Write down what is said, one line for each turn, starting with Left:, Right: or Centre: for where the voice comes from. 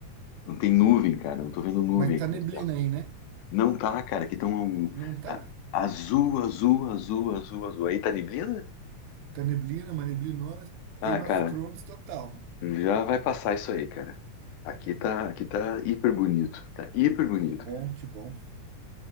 Left: Não tem nuvem, cara. Não tô vendo nuvem
Right: mas
Left: aqui
Right: tá neblina
Left: no céu.
Right: aí, né?
Left: Não tá, cara. Aqui tão, um-
Right: Não tá?
Left: tá azul, azul, azul, azul, azul. Aí tá neblina?
Right: Tá neblina, uma neblinona.
Left: Ah,
Right: Game
Left: cara,
Right: of Thrones total.
Left: já vai passar isso aí, cara. Aqui tá, aqui tá hiper bonito. Tá hiper bonito,
Right: Que bom,
Left: cara.
Right: que bom.